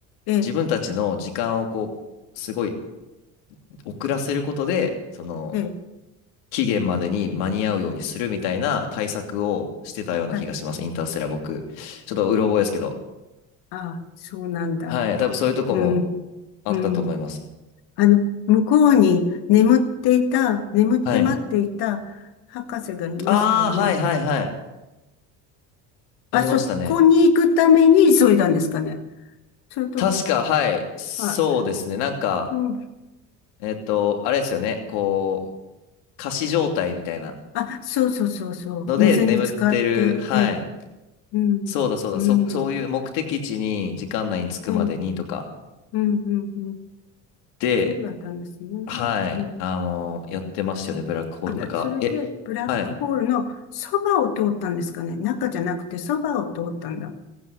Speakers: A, on the left; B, on the left.
A: え
B: 自分たちの時間をこう、すごい遅らせることで、その、
A: え
B: 期限までに間に合うようにするみたいな対策をしてたような気がします。
A: はい。
B: インターステラー僕。ちょっとうろ覚えですけど。
A: あ、そうなんだ。
B: はい。多分そういうとこも
A: うん、
B: あったと思います。
A: うん。あの、向こうに眠っていた、眠って待っていた博士がいましたよね。
B: はい。ああ、はいはいはい。
A: あそこに行くために急いだんですかね。
B: ありましたね。
A: それとも、
B: 確か、はい。そうですね。
A: は
B: なんか、
A: い。うん。
B: えっと、あれですよね。こう、仮死状態みたいな
A: え、あ、そうそうそうそう。
B: ので眠ってる。
A: 水に浸かって、
B: はい。
A: ええ、うん、
B: そうだそうだ。
A: うん、
B: そ、そういう目的地に時間内に着くまでにとか
A: ええ、うん、うん、うん。
B: で、
A: そうだったんですね。
B: はい。
A: うん。
B: あの、やってましたよね。ブラックホール。
A: あ、
B: なんか、
A: それで、
B: え、
A: ブラックホールのそばを通ったんですかね。
B: はい。
A: 中じゃなくてそばを通ったんだ。